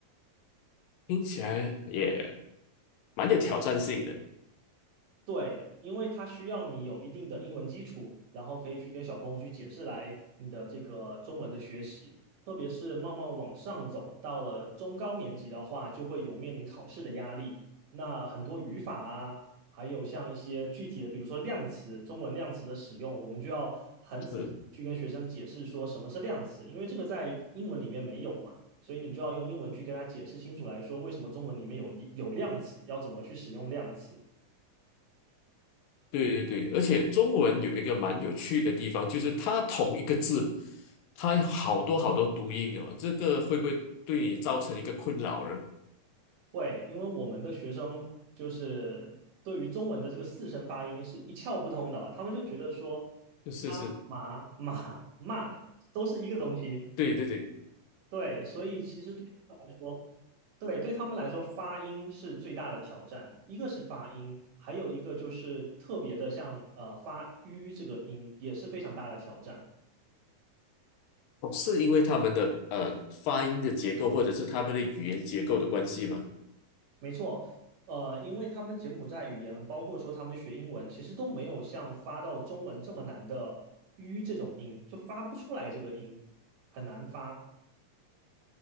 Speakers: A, on the left (about 80°); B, on the right (about 65°).
A: 听起来也蛮有挑战性的。
B: 对，因为它需要你有一定的英文基础，然后可以去跟小朋友去解释来你的这个中文的学习，特别是慢慢往上走，到了中高年级的话，就会有面临考试的压力。那很多语法啊，还有像一些具体的，比如说量词，中文量词的使用，我们就要很仔细去跟学生解释说什么是量词，
A: 是，
B: 因为这个在英文里面没有嘛，所以你就要用英文去跟他解释清楚来说，为什么中文里面有有量词，要怎么去使用量词。
A: 对对对，而且中文有一个蛮有趣的地方，就是它同一个字，它有好多好多读音哦。这个会不会对你造成一个困扰呢？
B: 会，因为我们的学生就是对于中文的这个四声发音是一窍不通的，他们就觉得说妈、
A: 就是是，
B: 妈马、骂都是一个东西。
A: 对对对，
B: 对，所以其实对他们来说，对对他们来说，发音是最大的挑战。一个是发音，还有一个就是特别的像呃发吁这个音也是非常大的挑战。
A: 哦，是因为他们的呃发音的结构，或者是他们的语言结构的关系吗？
B: 没错，呃，因为他们柬埔寨语言，包括说他们学英文，其实都没有像发到中文这么难的 “ü” 这种音，就发不出来这个音，很难发。